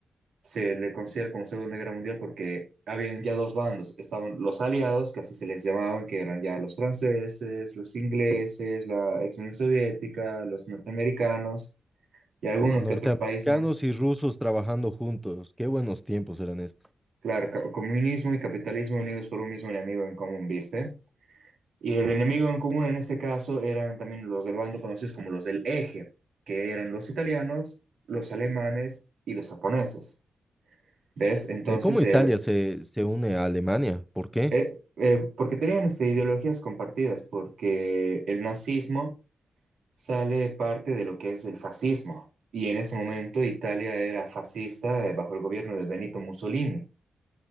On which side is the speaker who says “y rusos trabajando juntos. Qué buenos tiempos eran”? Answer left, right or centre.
Centre